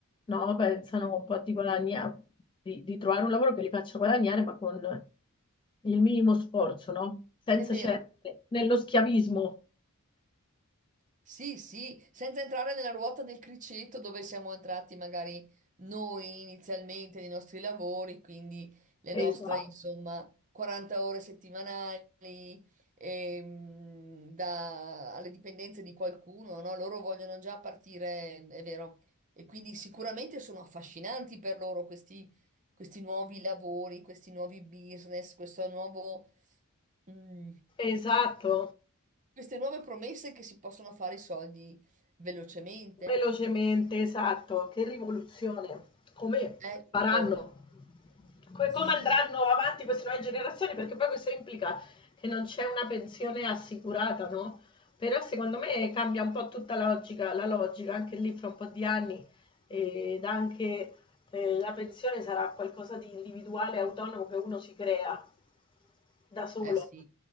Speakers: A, on the left; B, on the right.
A: no? Pensano un po' di guadagnare, di, di trovare un lavoro che li faccia guadagnare, ma con il minimo sforzo, no? Senza
B: è vero.
A: certe, nello schiavismo.
B: Sì, sì, senza entrare nella ruota del criceto dove siamo entrati magari noi inizialmente nei nostri lavori, quindi le
A: Esatto,
B: nostre, insomma, 40 ore settimanali ehm, da- alle dipendenze di qualcuno, no? Loro vogliono già partire, è vero. E quindi sicuramente sono affascinanti per loro questi, questi nuovi lavori, questi nuovi business, questo nuovo... mm,
A: esatto,
B: queste nuove promesse che si possono fare i soldi velocemente.
A: velocemente, esatto, che rivoluzione. Come
B: Ecco,
A: faranno? come,
B: sì,
A: come andranno avanti queste nuove generazioni, perché poi questo implica che non c'è una pensione assicurata, no? Però secondo me cambia un po' tutta la logica, la logica anche lì fra un po' di anni eh, ed anche eh, la pensione sarà qualcosa di individuale, autonomo che uno si crea da solo.
B: eh sì,